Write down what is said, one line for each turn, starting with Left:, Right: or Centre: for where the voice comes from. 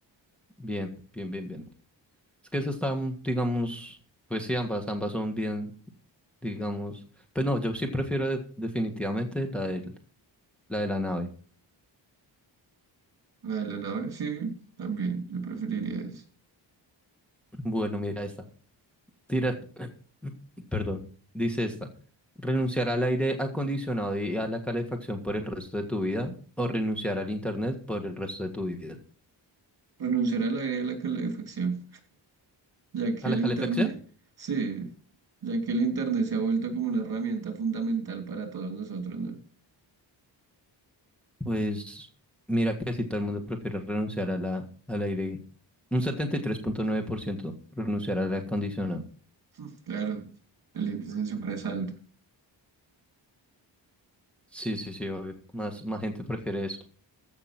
Centre: Bien, bien, bien, bien. Es que eso está, mm, digamos... Pues sí, ambas, ambas son bien, digamos... Pero no, yo sí prefiero de- definitivamente la del, la de la nave.
Right: La de la nave, sí, también. Yo preferiría eso.
Centre: Bueno, mira esta. Tira... <clears throat> Perdón. Dice esta. ¿Renunciar al aire acondicionado y a la calefacción por el resto de tu vida? ¿O renunciar al internet por el resto de tu vida?
Right: Renunciar al aire de la calefacción. Ya que
Centre: ¿A
Right: el
Centre: la calefacción?
Right: Internet, sí, ya que el Internet se ha vuelto como una herramienta fundamental para todos nosotros, ¿no?
Centre: Pues mira que si todo el mundo prefiere renunciar a la, al aire, un setenta y tres punto nueve por ciento renunciar al aire acondicionado.
Right: Mm, Claro, el índice siempre es alto.
Centre: Sí, sí, sí, obvio. Más, más gente prefiere eso.